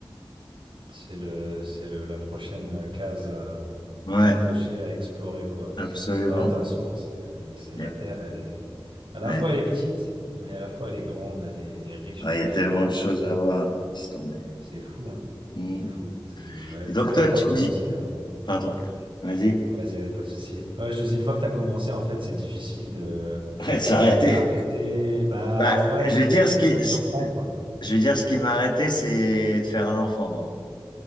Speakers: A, on the right (about 70°); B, on the left (about 55°).
A: C'est le, c'est le, la prochaine euh, case à,
B: Ouais,
A: à cocher, à explorer, quoi.
B: absolument.
A: Ouais, de toute façon, c'est c'est
B: Ouais,
A: la Terre, elle est... À la
B: ouais.
A: fois, elle est petite, mais à la fois, elle est grande, elle est, elle est riche
B: Ah,
A: de plein
B: Il y a tellement
A: de trucs à
B: de
A: voir.
B: choses à voir. Laisse tomber.
A: C'est fou, hein?
B: Mm.
A: C'est fou. C'est... Ouais,
B: Et
A: mais
B: donc
A: une fois
B: toi,
A: que
B: tu
A: t'as commencé...
B: me dis,
A: ouais.
B: pardon, vas-y,
A: Vas-y, vas-y, pas de souci. Ouais, je te dis, une fois que t'as commencé, en fait, c'est difficile de,
B: arrête de s'arrêter.
A: de t'arrêter. Bah
B: Bah,
A: ouais,
B: je
A: puis
B: vais dire
A: parce
B: ce
A: que
B: qui,
A: ça te surprend, quoi.
B: Je veux dire, ce qui m'a arrêté, c'est de faire un enfant.